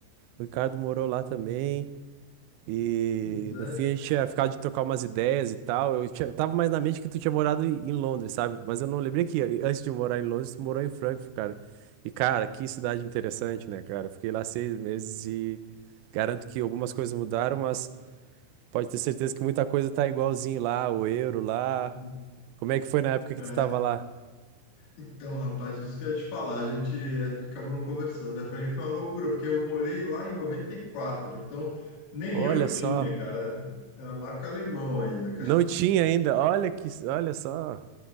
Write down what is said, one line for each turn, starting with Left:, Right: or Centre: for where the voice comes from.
Right: o Ricardo morou lá também. E
Left: Pois é.
Right: no fim a gente tinha ficado de trocar umas ideias e tal. Eu tinha- tava mais na mente que tu tinha morado em em Londres, sabe? Mas eu não lembrei que eh, antes de morar em Londres, tu morou em Frankfurt, cara. E, cara, que cidade interessante, né, cara? Eu fiquei lá seis meses e garanto que algumas coisas mudaram, mas pode ter certeza que muita coisa tá igualzinho lá, o euro lá.
Left: Uhum.
Right: Como é que foi na época que
Left: É.
Right: tu tava lá?
Left: Então, rapaz, isso que eu ia te falar, a gente acabou não conversando, mas para mim foi uma loucura, porque eu morei lá em 94. então nem
Right: Olha
Left: euro
Right: só,
Left: tinha, cara. Era marca alemão ainda,
Right: não tinha ainda. Olha que, olha só.